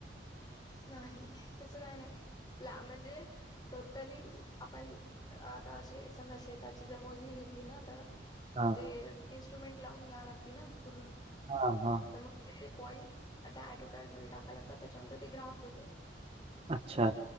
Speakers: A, on the left; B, on the right.
A: नाही तसं काय नाही प्ला म्हणजे टोटली आपण आता अशे समजा शेताची जर मोजणी घेतली ना तर
B: हा
A: ते इन्स्ट्रुमेंट लावून घ्याव लागती ना पूर्ण.
B: हा हा.
A: तर मग ते पॉईंट आता ॲटो कार्डमध्ये टाका लागतात त्याच्यानंतर ते ग्राफ देते.
B: अच्छा.